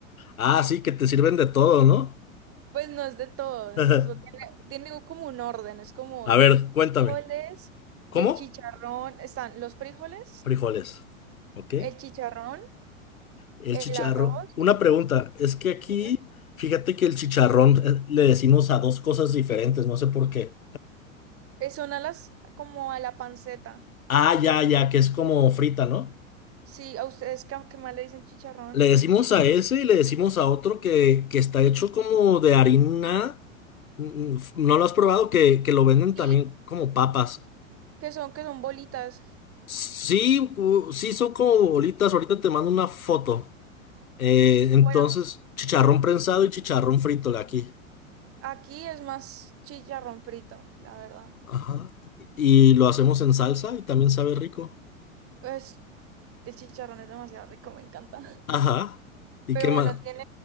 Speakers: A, on the left; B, on the right.
A: Ah, sí, que te sirven de todo, ¿no?
B: Pues no es de todo, entonces
A: <laughs>
B: eso tiene, tiene como un orden, es como
A: A
B: los
A: ver, cuéntame.
B: frijoles,
A: ¿Cómo?
B: el chicharrón, están los frijoles,
A: Frijoles. ¿Ok?
B: el chicharrón,
A: El
B: el
A: chicharrón.
B: arroz,
A: Una pregunta, es que aquí,
B: dime,
A: fíjate que el chicharrón eh, le decimos a dos cosas diferentes, no sé por qué.
B: eh, son a las, como a la panceta,
A: Ah, ya, ya, que es como frita, ¿no?
B: sí, a ustedes que, que más le dicen chicharrón,
A: Le decimos a ese y le decimos a otro que, que está hecho como de harina. Mm, mm, f- ¿No lo has probado? Que, que lo venden también
B: y
A: como papas.
B: que son, que son bolitas,
A: Sí, u- sí, son como bolitas. Ahorita te mando una foto. Eh,
B: bueno,
A: entonces, chicharrón prensado y chicharrón frito de aquí.
B: aquí es más chicharrón frito, la verdad,
A: Ajá. Y lo hacemos en salsa y también sabe rico.
B: pues el chicharrón es demasiado rico, me encanta. <laughs>
A: Ajá. ¿Y
B: Pero
A: qué más?
B: bueno, tiene,